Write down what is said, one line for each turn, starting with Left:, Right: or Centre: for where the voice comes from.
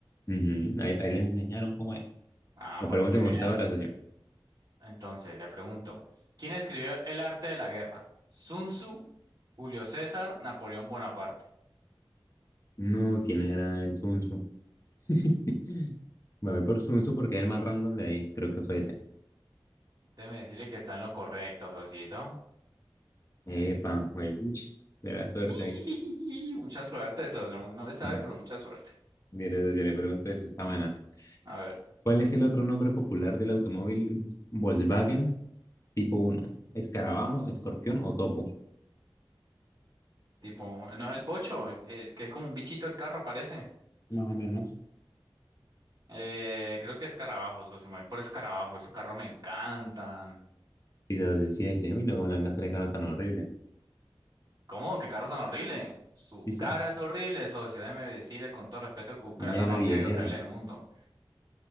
Left: Ujú, ahí, ahí le enseñaron cómo es.
Right: Ah,
Left: La
Right: para
Left: pregunta
Right: que
Left: me
Right: vea.
Left: gustaba ahora, socio.
Right: Entonces, le pregunto, ¿quién escribió El arte de la guerra? Sun Tzu, Julio César, Napoleón Bonaparte.
Left: No, ¿quién era el Sun Tzu? <laughs> Me voy por Sun Tzu porque es el más random de ahí. Creo que fue ese.
Right: Déjeme decirle que está en lo correcto, socito.
Left: Epa, juepuch, mera suerte
Right: <laughs>
Left: ahí.
Right: Mucha suerte, socio. No le sabe,
Left: <laughs>
Right: pero mucha suerte.
Left: Mira, yo le pregunto, esa está buena.
Right: A ver,
Left: ¿Cuál es el otro nombre popular del automóvil Volkswagen tipo uno? ¿Escarabajo, escorpión o topo?
Right: tipo, ¿no es el bocho? El- el que es como un bichito el carro, parece.
Left: Más o menos.
Right: Eh, creo que escarabajo, socio. Me voy por escarabajo. Esos carros me encantan.
Left: Quizás decía ese, uy, no, como le han gastado la cara tan horrible.
Right: ¿Cómo? ¿Qué carro tan horrible? Su
Left: Quizá,
Right: cara es horrible, socio. Déjeme decirle con todo respeto que su cara
Left: mera
Right: es la más
Left: viejera.
Right: fea y horrible del mundo.